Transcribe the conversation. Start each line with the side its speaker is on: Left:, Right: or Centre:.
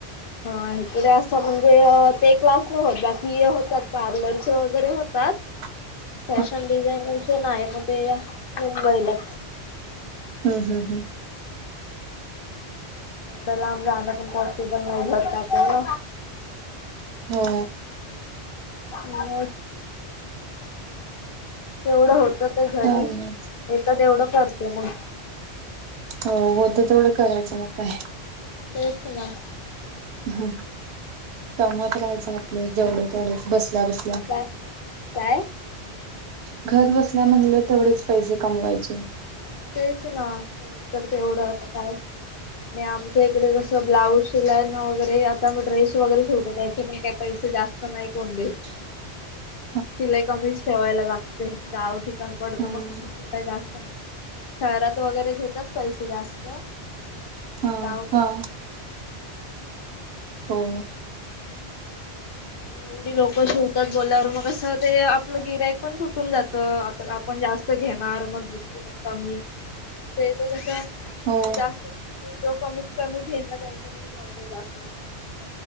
Left: हा, इकडे असं म्हणजे ते क्लास नाही होत, बाकी होतात पार्लरचे वगैरे होतात.
Right: <unintelligible>
Left: फॅशन डिझाईनरच, नाय ना ते, मग ते मुंबईलाच
Right: हम्म, हम् हम्.
Left: एवढं लांब जाहणं पण पॉसिबल नाही, घर टाकून.
Right: हो
Left: मग, तेवढं होतच. ते घरी,
Right: चालेल
Left: येत तेवढं करते मग.
Right: हो, होत तेवढं करायचं मग काय!
Left: तेच ना.
Right: ह, कमवत राहायचं आपलं जेवढे- तेवढच बसल्या, बसल्या.
Left: काय.. काय?
Right: घर बसल्या म्हणलं तेवढेच पैसे कमवायचे.
Left: तेयच ना, तेवढं तर तेवढं आता काय! आणि आमच्या इकडे कसं ब्लाऊज शिलाय ना, वगैरे आता मी ड्रेस वगैरे शिवतो त्याचे पण काही पैसे जास्त नाही कोण देत.
Right: <unintelligible>
Left: शिलाई कमीच ठेवायला लागते, गाव ठिकाण पडतो
Right: हम्म
Left: मग कस शिलाई जास्त नाही. शहरात वगैरे घेतात पैसे जास्त,
Right: हा
Left: गाव
Right: हा
Left: ठिकाणी का
Right: हो
Left: आणि एवढी लोक शिवतात बोल्यावर मग कसं ते आपलं गिरायक पण तुटून जातं, आता आ पण जास्त घेणार, मग दुसरीकडे कमी, आमच्या इथं कस,
Right: हो
Left: जास्त म्हणजे तो कमीत- कमी घेईन ना त्यांच्याकडे की ऑडर जास्त लागतात.